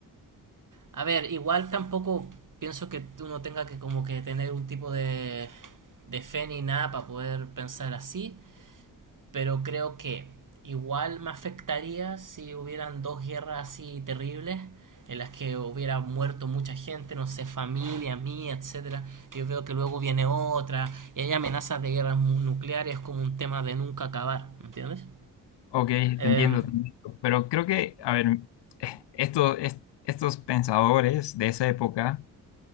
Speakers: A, on the right; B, on the left.
A: A ver, igual tampoco pienso que uno tenga que como que tener un tipo de de fe ni nada para poder pensar así, Pero creo que igual me afectaría si hubieran dos guerras así terribles en las que hubiera muerto mucha gente, no sé, familia mía, etcétera. Yo veo que luego viene otra y hay amenazas de guerras mu- nucleares como un tema de nunca acabar, ¿me ¿entiendes?
B: Ok, te
A: Em,
B: entiendo, te entiendo. Pero creo que, a ver, eh, estos, est- estos pensadores de esa época